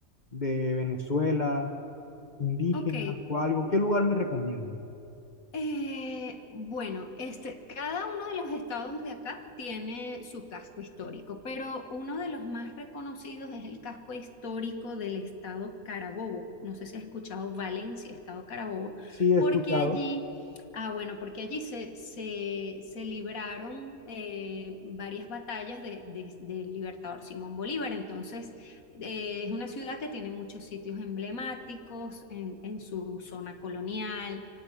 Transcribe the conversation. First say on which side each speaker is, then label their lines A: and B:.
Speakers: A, on the left; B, on the left.
A: de Venezuela, indígena
B: Ok,
A: o algo. ¿Qué lugar me recomienda?
B: Eh, bueno, este, cada uno de los estados de acá tiene su casco histórico, pero uno de los más reconocidos es el casco histórico del estado Carabobo. No sé si has escuchado Valencia, estado Carabobo,
A: Sí, he
B: porque
A: escuchado.
B: allí, ah, bueno, porque allí se, se, se libraron eh, varias batallas de, de- del libertador Simón Bolívar. Entonces, eh, es una ciudad que tiene muchos sitios emblemáticos en en su zona colonial